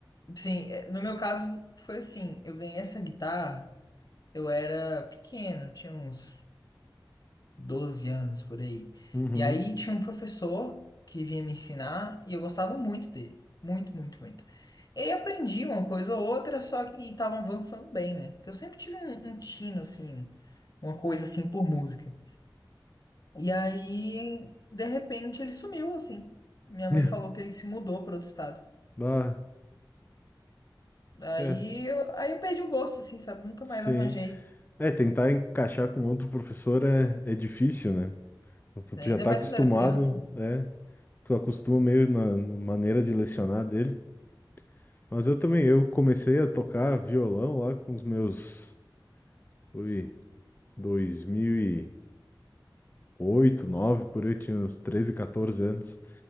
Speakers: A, on the left (about 50°); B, on the left (about 25°).
A: Sim, é, no meu caso foi assim, eu ganhei essa guitarra, eu era pequeno, eu tinha uns 12 anos por aí.
B: Uhum.
A: E aí tinha um professor que vinha me ensinar e eu gostava muito dele. Muito, muito, muito. E aí aprendi uma coisa ou outra, só que e tava avançando bem, né? Porque eu sempre tive um, um tino, assim, uma coisa assim por música. E aí, de repente, ele sumiu, assim. Minha mãe
B: É.
A: falou que ele se mudou para outro estado.
B: Ah,
A: Aí
B: é,
A: eu, aí eu perdi o gosto, assim, sabe? Nunca
B: sim.
A: mais arranjei,
B: É, tentar encaixar com outro professor é, é difícil, né? Tu
A: né?
B: tu
A: Ainda
B: já tá
A: mais
B: acostumado,
A: quando eu era criança.
B: é. Tu acostuma meio na, na maneira de lecionar dele. Mas eu
A: Sim.
B: também, eu comecei a tocar violão lá com os meus, foi dois mil e oito nove por aí, eu tinha uns 13, 14 anos.